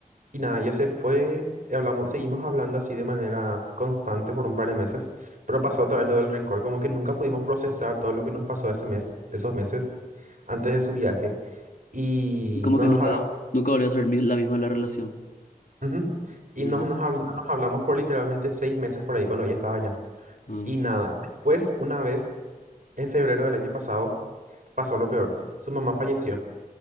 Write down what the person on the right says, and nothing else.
y nada, ya se fue, hablamos, seguimos hablando así de manera constante por un par de meses, pero pasó otra vez lo del rencor, como que nunca pudimos procesar todo lo que nos pasó ese mes, esos meses antes de su viaje. Y
no
nos
hablamos.
Ujú. Y
no nos, habl- no nos hablamos por literalmente seis meses por ahí cuando ella estaba allá.
Y nada, después, una vez, en febrero del año pasado, pasó lo peor. Su mamá falleció.